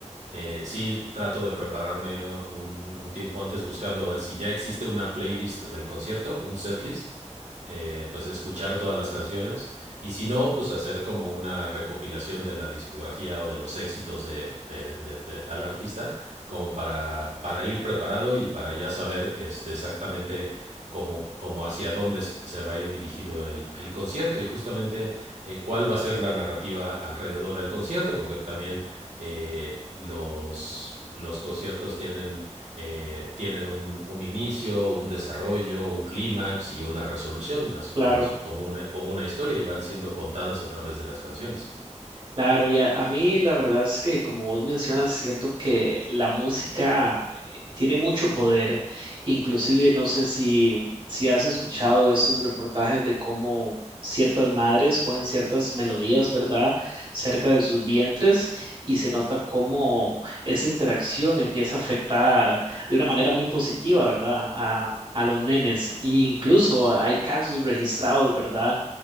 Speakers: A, on the right; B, on the right.
A: eh, sí trato de prepararme un, un, tiempo antes buscando ver si ya existe una playlist del concierto, un setlist, eh, pues escuchar todas las canciones y si no, pues hacer como una recopilación de la discografía o de los éxitos de, de, de, de tal artista, como para, para ir preparado y para ya saber este, exactamente como, como hacia dónde se va a ir dirigido el, el concierto y justamente eh, cuál va a ser la narrativa alrededor del concierto, porque también eh, los, los conciertos tienen, eh, tienen un, un, inicio, un desarrollo, un clímax y una resolución, así
B: claro.
A: como, si, como, una, como una historia y van siendo contadas a través de las canciones.
B: Claro, y a, a mí la verdad es que como vos mencionas, siento que la música tiene mucho poder. Inclusive no sé si, si has escuchado esos reportajes de cómo ciertas madres ponen ciertas melodías, ¿verdad?, cerca de sus vientres y se nota cómo esa interacción empieza a afectar de una manera muy positiva, ¿verdad?, a, a los nenes. E incluso hay casos registrados, ¿verdad?